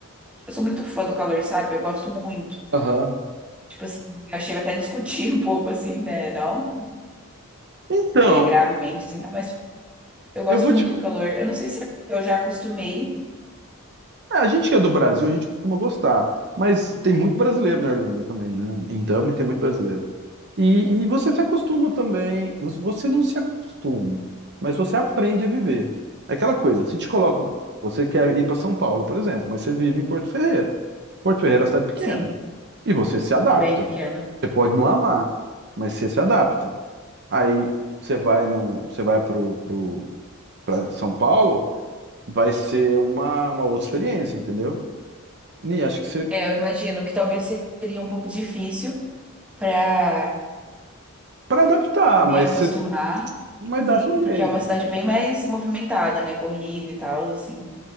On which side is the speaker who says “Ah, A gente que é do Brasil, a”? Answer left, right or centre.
Right